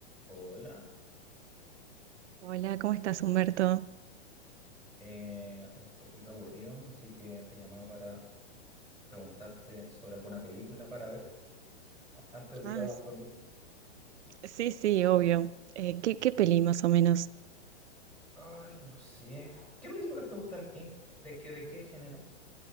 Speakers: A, in the centre; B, on the right.
A: Hola,
B: Hola, ¿cómo estás, Humberto?
A: eh, un poquito aburrido, así que te llamaba para preguntarte sobre alguna película para ver a- antes de
B: Ah,
A: ir a dormir.
B: sí, sí, obvio. Eh, ¿qué, qué peli más o menos
A: Ay, no sé. ¿Qué películas te gustan a ti? ¿De qué, de qué género?